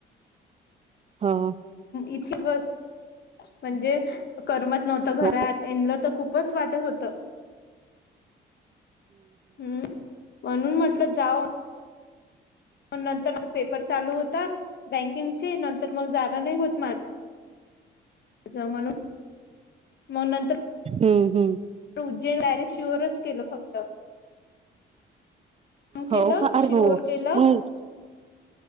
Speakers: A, on the right; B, on the left.
A: हा
B: इथे बस म्हणजे करमत नव्हतं
A: हो
B: घरात येनल तर खूप च वाटत होतं हम्म म्हणून म्हटलं जाव पण नंतर पेपर चालू होतात बँकिंगचे नंतर मग जाण नाही होत माझ म्हणून मग नंतर
A: हम्म हम्म
B: उज्जन डायरेक्ट श्युअरच केलं फक्त केलं
A: हो का अरे
B: शिहोर
A: हो
B: केलं
A: मग